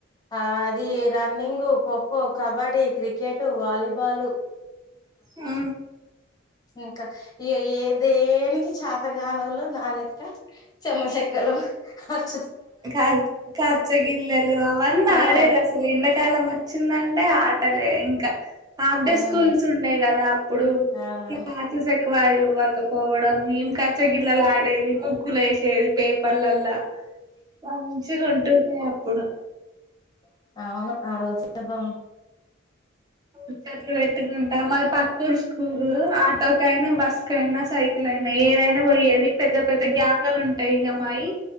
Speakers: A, on the left; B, on the right.
A: ఆ అది రండింగు cocoa kabaddi kabaddi cricket volleyball
B: అ
A: ఇంకా ఏ దేనికి చేతగానోళ్లు నా లెక్క చెమ్మ చెెక్కలు లో <inaudible>
B: కా కాచ్చగిల్లలు అవన్నీ
A: ఆ
B: ఆడేది అసలు ఎండాకాలం వచ్చిందంటే ఆ ట్టలే ఇంకా హాఫ్ డే
A: ఉమ్
B: స్కూల్స్ ఉండే కదా అప్పుడు,
A: అవునవును
B: స్కూల్ కు వచ్చి సక్కగా ఆడికి పోవా కపోవడం ఏం కాచగిల్లలాడేది ను ముగ్గులు వేసేది పేపర్లలో మంచిగా ఉంటుండే అప్పుడు,
A: అవును ఆ రోజు చెబా
B: ముచ్చట్లు పే ట్టుకుంటా మాది పక్క ఊరి స్కూలు ఆటోకయినా బస్ కు అయినా సైకిల్ అయినా ఏదైనా పోయ పెద్ద పెద్ద గ్యాంగలు ఉంటాయి ఇగ మాయి